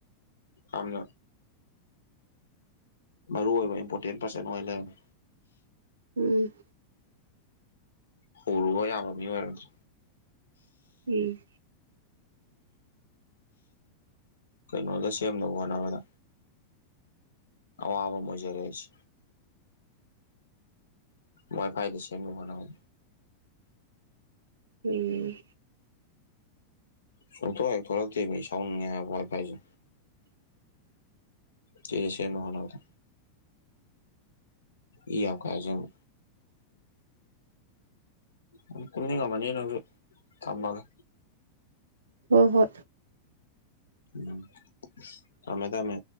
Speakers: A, on the left; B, on the right.
A: ꯌꯥꯝꯅ ꯃꯔꯨꯑꯣꯏꯕ ꯏꯝꯄꯣꯔꯇꯦꯟ ꯄꯥꯔꯁꯟ ꯑꯣꯏ ꯂꯩꯔꯝꯃꯦ
B: ꯎꯝ
A: ꯍꯧꯔꯨꯕ ꯌꯥꯕ ꯃꯤ ꯑꯣꯏꯔꯝꯗ꯭ꯔꯦ
B: ꯎꯝ
A: ꯀꯩꯅꯣꯗ ꯁꯦꯝꯅꯕ ꯍꯣꯠꯅꯕꯗ ꯑꯋꯥꯕ ꯑꯃ ꯑꯣꯏꯖꯔꯦ ꯑꯩꯁꯦ ꯋꯥꯏ ꯐꯥꯏꯗ ꯁꯦꯝꯅꯕ ꯍꯣꯠꯅꯕꯗ
B: ꯎꯝ
A: ꯁꯨꯡꯊꯣꯛ ꯍꯦꯛ ꯊꯣꯛꯂꯛꯇꯦ ꯃꯤ ꯁꯥꯎꯅꯤꯡꯉꯦ ꯍꯥꯏꯕ ꯋꯥꯏꯐꯥꯏꯁꯦ
B: <inaudible>
A: ꯁꯤꯗ ꯁꯦꯝꯅꯕ ꯍꯣꯠꯅꯕꯗ ꯏ ꯌꯥꯝ ꯀꯥꯖꯕ ꯅꯪ ꯇꯨꯝꯅꯤꯡꯉꯝꯃꯅꯤ ꯅꯪꯖꯨ ꯊꯝꯃꯒꯦ
B: ꯍꯣꯏ ꯍꯣꯏ
A: ꯎꯝ ꯊꯝꯃꯦ ꯊꯝꯃꯦ